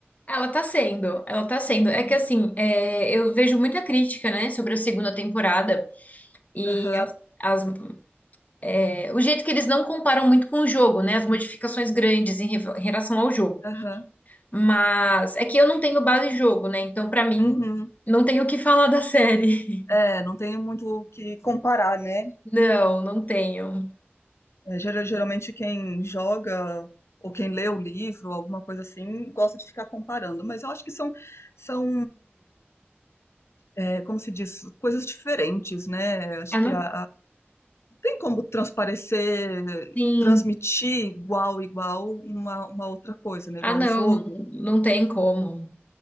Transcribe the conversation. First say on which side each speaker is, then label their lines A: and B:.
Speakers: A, on the left; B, on the left.
A: Ela tá sendo, ela tá sendo. É
B: Uhum.
A: que assim, é, eu vejo muita crítica, né, sobre a segunda temporada. E
B: Aham,
A: as- as- é, o jeito que eles não comparam muito com o jogo, né? As modificações grandes em re- em relação ao jogo.
B: aham.
A: Mas é que eu não tenho base de jogo, né? Então, pra mim,
B: Uhum.
A: não tenho o que falar da série. <laughs>
B: É, não tenho muito o que comparar, né?
A: Não, não tenho.
B: É, gera- geralmente quem joga ou quem lê o livro, alguma coisa assim, gosta de ficar comparando. Mas eu acho que são, são, é, como se diz, coisas diferentes, né? Acho
A: Ah,
B: que
A: não?
B: a, a- não tem como transparecer,
A: Sim.
B: transmitir igual, igual uma, uma outra coisa, né?
A: Ah,
B: Igual
A: não,
B: o jogo.
A: não, não tem como.